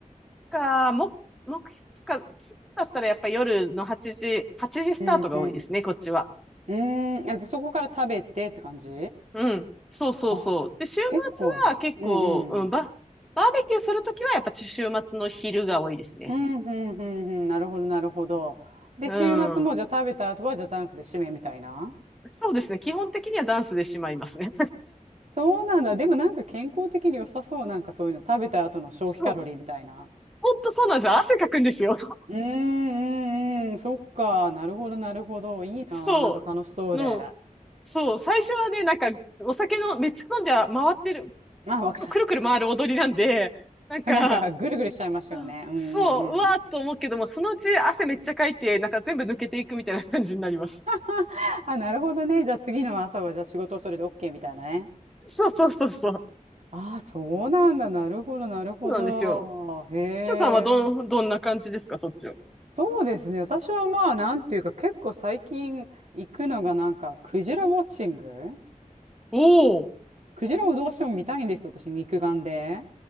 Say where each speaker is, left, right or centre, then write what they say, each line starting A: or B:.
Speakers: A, in the centre; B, on the right.
A: か、も、目標か、だったらやっぱり夜の8時、8時スタートが多いですね、
B: うんうん。
A: こっちは。
B: うーん。え、でそこから食べてって感じ
A: うん。そうそうそう。
B: あ、
A: で、週末は結構、
B: 結構。うんうん。
A: うん、バ、バーベキューするときはやっぱ週末の昼が多いですね。
B: うんうんうんうん。なるほど、なるほど。で、
A: う
B: 週末もじゃあ食べた後は、
A: ん。
B: じゃあダンスで締めみたいな。
A: そうですね。基本的にはダンスでしまいますね。
B: そうなんだ。でもなんか健康的に良さそう。なんかそういうの。食べた後の消費カロリーみたいな。
A: <laughs> そう。<laughs> ほんとそうなんですよ。汗かくんですよ。
B: うーんうんうん、そっか、なるほど、なるほど、いいな、
A: そ
B: なんか楽しそうで。
A: う、の、
B: <laughs> あ、
A: そう、最初はね、なんか、お酒の、めっちゃ飲んで回ってる、
B: わか
A: くるくる回る踊りなんで、なんか、
B: る。<laughs> なんか、ぐるぐるしちゃいますよね。
A: あそう、
B: うんうんうん。
A: うわーっと思うけども、そのうち汗めっちゃかいて、なんか全部抜けていくみたいな感じになります。
B: <laughs> あ、なるほどね。じゃあ次の朝は、じゃあ仕事をそれで OK みたいなね。
A: そうそうそうそう。
B: ああ、そうなんだ。なるほど、なるほど。
A: そうなんですよ。
B: へえ。
A: ちょさんはどん、どんな感じですか、そっちは。
B: そうですね。私はまあ、なんていうか、結構最近行くのがなんか、クジラウォッチング
A: おお、
B: クジラをどうしても見たいんですよ、私、肉眼で。